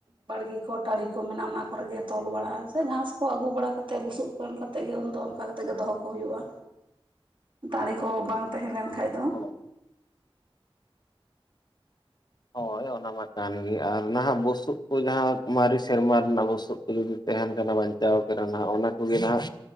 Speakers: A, on the right; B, on the left.
A: ᱵᱟᱲᱜᱮ ᱠᱚ ᱛᱟᱲᱤ ᱠᱚ ᱢᱮᱱᱟᱜᱼᱟ ᱚᱱᱟ ᱠᱚᱨᱮ ᱜᱮ ᱛᱚᱞ ᱵᱟᱲᱟᱜ ᱥᱮ ᱜᱷᱟᱸᱥ ᱠᱚ ᱟᱹᱜᱩ ᱵᱟᱲᱟ ᱠᱟᱛᱮ ᱵᱩᱥᱩᱵ ᱠᱚ ᱮᱢ ᱠᱟᱛᱮᱜ ᱜᱮ ᱫᱚ ᱚᱱᱠᱟ ᱠᱟᱛᱮᱫ ᱜᱮ ᱫᱚᱦᱚ ᱠᱚ ᱦᱩᱭᱩᱜᱼᱟ
B: <unintelligible> ᱦ
A: ᱫᱟᱲᱮ ᱠᱚ ᱵᱟᱝ ᱛᱟᱦᱮᱸᱞᱮᱱ ᱠᱷᱟᱡ ᱫᱚ
B: <inaudible> ᱦᱳᱭ ᱚᱱᱟ ᱢᱟ ᱠᱟᱱ ᱜᱮ ᱟᱨ ᱱᱟᱦᱟᱜ ᱵᱩᱥᱩᱵ ᱠᱚ ᱡᱟᱦᱟᱸ ᱢᱟᱨᱮ ᱥᱮᱨᱢᱟ ᱨᱮᱱᱟᱜ ᱵᱩᱥᱩᱵ ᱠᱚ ᱡᱩᱫᱤ ᱛᱟᱦᱮᱱ ᱠᱟᱱᱟ ᱵᱟᱧᱪᱟᱣ ᱠᱟᱱᱟ ᱚᱱᱟ ᱠᱚᱜᱮ ᱱᱟᱦᱟᱜ